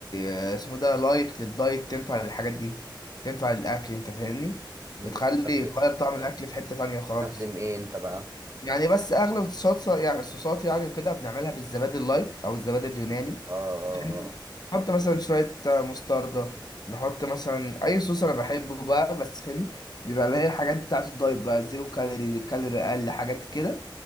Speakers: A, on the left; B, on the right.
A: آه، اسمه ده لايت للدايت تنفع للحاجات دي تنفع للاكل انت فاهمني
B: أمم،
A: بتخلي
B: بتستخدم
A: تغير طعم الاكل في حتة تانية خالص
B: بتستخدم ايه انت بقى
A: يعني بس اغلب الصوصات يعني الصوصات يعني وكده بنعملها بالزبادي اللايت او الزبادي اليوناني
B: اه اه
A: أنت فاهمني؟
B: اه آه.
A: نحط مثلا شوية آه، مستردة نحط مثلا اي صوص انا بحبه بقى بس فاهمني بيبقى اللي هي الحاجات بتاعة الدايت بقى زيرو كالوري كالوري اقل حاجات كده